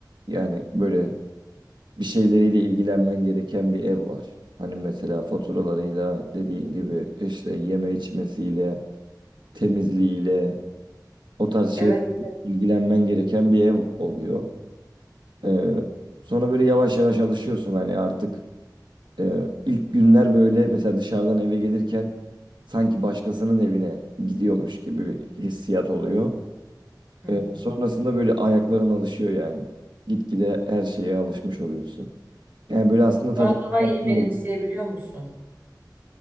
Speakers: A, on the right; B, on the right.
A: yani böyle bir şeyleriyle ilgilenmen gereken bir ev var. Hani mesela faturalarıyla dediğin gibi işte yeme içmesiyle temizliğiyle O tarz şey
B: Evet.
A: ilgilenmen gereken bir ev oluyor. Ee, sonra böyle yavaş yavaş alışıyorsun hani artık e, ilk günler böyle mesela dışarıdan eve gelirken sanki başkasının evine gidiyormuş gibi bir hissiyat oluyor.
B: Hı
A: Ee,
B: hı.
A: sonrasında böyle ayakların alışıyor yani. Gitgide her şeye alışmış oluyorsun. Yani böyle aslında tadını
B: Sonra daha
A: çıkarman
B: iyi benimseyebiliyor
A: gerek-
B: musun?